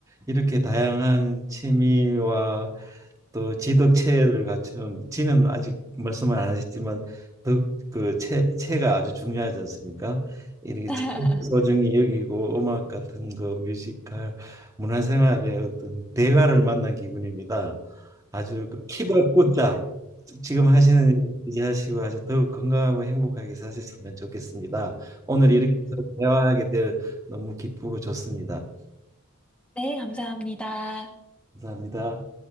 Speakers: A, on the right; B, in the centre.
A: 이렇게 다양한 취미와 또 지덕체를 갖춘 지는 아직 말씀을 안 하셨지만 덕그체 체가 아주 중요하지 않습니까? 이렇게
B: <laughs>
A: 체를 소중히 여기고 음악 같은 거 뮤지컬 문화생활의 어떤 대가를 만난 기분입니다. 아주 그 키발 꽂자 지금 하시는 일 유지하시고 아주 더욱 건강하고 행복하게 사셨으면 좋겠습니다. 오늘 이렇게 서로 대화하게 될 너무 기쁘고 좋습니다.
B: 네, 감사합니다.
A: 감사합니다.